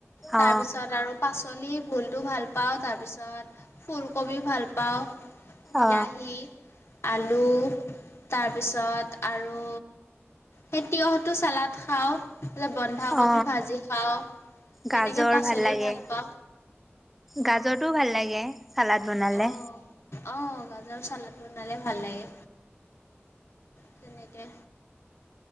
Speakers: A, on the left; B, in the centre.
A: তাৰ
B: অ
A: পিছত আৰু পাচ। পাচলি ভুলটো ভাল পাওঁ, তাৰপিছত ফুলকবি ভাল পাওঁ। বিলাহী।
B: অ
A: আলু। তাৰপিছত আৰু। সে তিয়হতটো চালাড খাওঁ। তাৰপছত বন্ধাকবি
B: অ
A: ভাজি খাওঁ,
B: গাজৰ
A: তেনেকৈ পাচলি
B: লাগে
A: ভাল পাওঁ
B: গাজৰটো
A: অ।
B: ভাল লাগে চালাড বনালে
A: অ আহ গ। চালাড বনালে ভাল লাগে, তেনেকে।